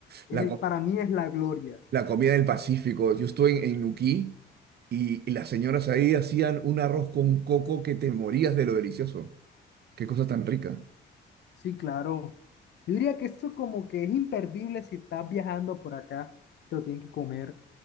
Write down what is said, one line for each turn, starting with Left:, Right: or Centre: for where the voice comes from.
Left: eh,
Right: La
Left: para mí es la gloria.
Right: la comida del Pacífico. Yo estuve en, en Nuquí y, y las señoras ahí hacían un arroz con coco que te morías de lo delicioso. Qué cosa tan rica.
Left: Sí, claro. Yo diría que esto como que es imperdible si estás viajando por acá, te lo tienen que comer,